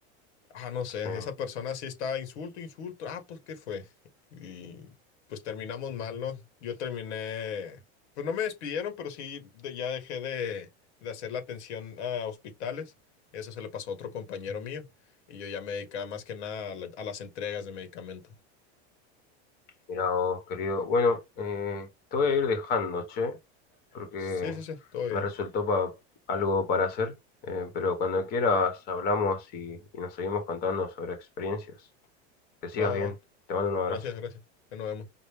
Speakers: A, on the left; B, on the left.
A: Ah, no sé,
B: Sí.
A: esa persona sí estaba insulto, insulto. Ah, pues, ¿qué fue? Y pues terminamos mal, ¿no? Yo terminé, pues no me despidieron, pero sí de- ya dejé de, de hacer la atención a hospitales. Eso se le pasó a otro compañero mío y yo ya me dedicaba más que nada a, la- a las entregas de medicamentos.
B: Mira vos, querido. Bueno, eh, te voy a ir dejando, che, porque
A: Sí, sí, sí, todo
B: me
A: bien.
B: resultó pa- algo para hacer. Eh, pero cuando quieras hablamos y, y nos seguimos contando sobre experiencias. Que sigas
A: Va, va,
B: bien.
A: va.
B: Te mando un abrazo.
A: Gracias, gracias. Ya nos vemos.